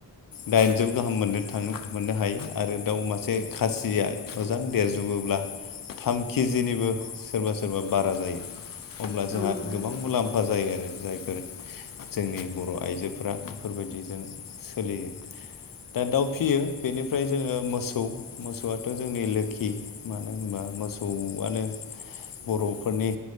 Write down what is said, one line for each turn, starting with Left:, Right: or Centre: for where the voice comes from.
Left: दाइनजौ गाहाम मोननो थाङो मोननो हायो आरो दाउ मासे खासिया मोजां देरजोबोब्ला थाम केजिनिबो सोरबा सोरबा बारा जायो। अब्ला जोंहा
Right: औ नोंथां
Left: गोबां
Right: औ
Left: मुलाम्फा जायो आरो जायफोर जोंनि बर' आइजोफोरा बेफोरबायदिजों सोलियो दा दाउ फियो बेनिफ्राय जोङो मोसौ मोसौआथ' जोंनि लोखि मानो होनबा मोसौआनो बर'फोरनि